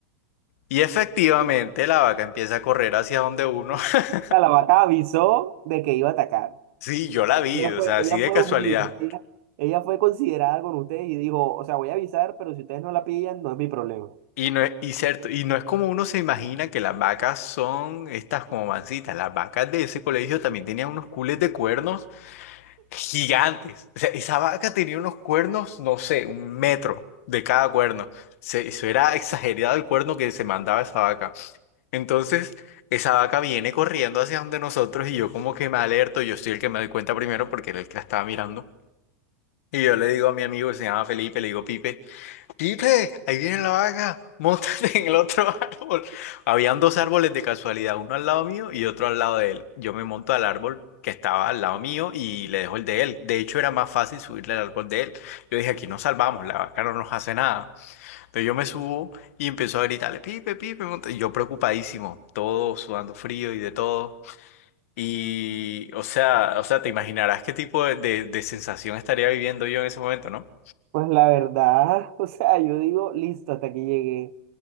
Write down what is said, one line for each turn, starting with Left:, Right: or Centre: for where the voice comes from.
Left: Y efectivamente la vaca empieza a correr hacia donde uno. <laughs>
Right: La lavata avisó de que iba a atacar.
Left: Sí, yo la vi,
Right: Ella
Left: o
Right: fue,
Left: sea,
Right: ella
Left: así de
Right: fue
Left: casualidad.
Right: humilde. Ella, ella fue considerada con ustedes y dijo, o sea, voy a avisar, pero si ustedes no la pillan, no es mi problema.
Left: Y no es, y cierto, y no es como uno se imagina que las vacas son estas como mancitas. Las vacas de ese colegio también tenían unos cules de cuernos gigantes. O sea, esa vaca tenía unos cuernos, no sé, un metro de cada cuerno. Se- eso era exagerado el cuerno que se mandaba esa vaca. Entonces, esa vaca viene corriendo hacia donde nosotros y yo como que me alerto. Yo soy el que me doy cuenta primero porque era el que la estaba mirando. Y yo le digo a mi amigo que se llama Felipe, le digo, Pipe. Pipe, ahí viene la vaca, <laughs> montate en el otro árbol. Habían dos árboles de casualidad, uno al lado mío y otro al lado de él. Yo me monto al árbol que estaba al lado mío y le dejo el de él. De hecho, era más fácil subirle al árbol de él. Yo dije, aquí nos salvamos, la vaca no nos hace nada. Entonces yo me subo y empezó a gritarle, Pipe, Pipe, monta-". Y yo preocupadísimo, todo sudando frío y de todo. Y, o sea, o sea, te imaginarás qué tipo de, de de sensación estaría viviendo yo en ese momento, ¿no?
Right: Pues la verdad, <laughs> o sea, yo digo, listo, hasta aquí llegué.